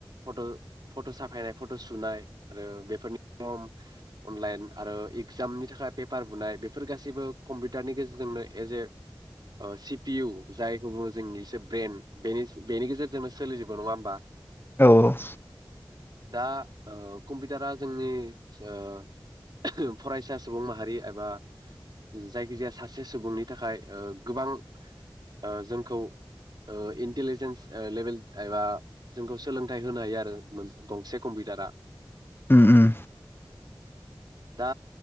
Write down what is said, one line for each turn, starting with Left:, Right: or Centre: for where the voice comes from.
Right: फट' फट' साफायनाय फट' सुनाय आरो बेफोरनि फर्म अनलाइन आरो इगजामनि थाखाय पेपार बुनाय बेफोर गासैबो कम्पिउटारनि गेजेरजोंनो एस ए ओ सि पि इउ जायखौ बुङो जोंनिसो ब्रेन बेनि बेनि गेजेरजोंनो सोलिजोबो नङा होमबा
Left: औ
Right: दा ओ कम्पिउटारा जोंनि जो <unintelligible> फरायसा सुबुं माहारि एबा जायखिजाया सासे सुबुंनि थाखाय ओ गोबां ओ जोंखौ इन्टिलिजेन्स ओ लेभेल एबा जोंखौ सोलोंथाइ होनो हायो आरो गंसे कम्पिउटारा
Left: उम उम।
Right: दा